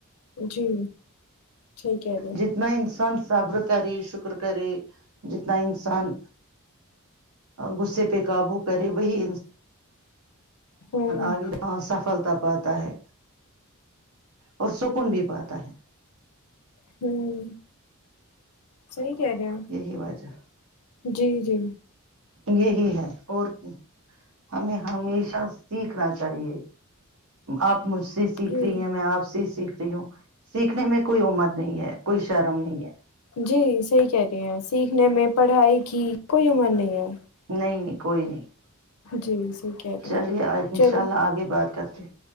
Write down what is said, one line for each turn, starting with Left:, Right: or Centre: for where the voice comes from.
Left: جی ٹھیک ہے جی
Right: جتنا انسان صبر کرے شکر کرے جتنا انسان غصے پہ قابو کرے وہی ان
Left: ہوں
Right: آگے ہ سفلتا پاتا ہے اور سکون بھی پاتا ہے
Left: ہوں سی کہ رہے
Right: یہی وجہ
Left: جی جی
Right: یہی ہے اور ہمیں ہمیشہ سیکھنا چاہیے آپ مجھ سیکھ
Left: جی
Right: رہی ہے میں آپ سے سیکھ رہ ہ سیکھنے میں کوئی امر نہیں ہے کوئی شرم نہیں ہے
Left: جی صحی کہہ رہی ہیں سیکھنے میں پڑھائی کی کوئی عمر نہیں ہے
Right: نہیں نہیں کوئی نہیں
Left: جی صحیح کہہ رہے
Right: چلیے
Left: ہیں
Right: ان
Left: چلیے
Right: شاء اللہ آگے بات کر جی